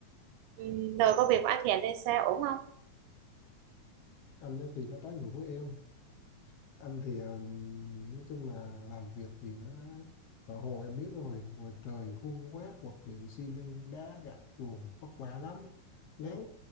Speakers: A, on the right; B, on the left.
A: Ừm, rồi công việc của anh dành đây sao ổn không
B: Anh ấy thì nó trái ngược với em anh thì um, nói chung là làm việc thì nó thợ hồ em biết rồi ngoài trời khuôn quét vật liệu xi măng đá gạch nguồn vất vả lắm nắng